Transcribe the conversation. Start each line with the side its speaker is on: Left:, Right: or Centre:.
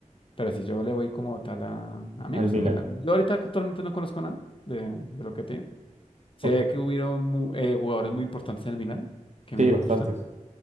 Left: Pero si yo le voy como tal a... A mí me
Right: al
Left: gusta
Right: Milan.
Left: el Milán. Yo ahorita actualmente no conozco nada de, de lo que tiene. Sé
Right: Ok,
Left: que hubieron mu- eh, jugadores muy importantes en el Milán que
Right: sí,
Left: me
Right: bastantes.
Left: gustan.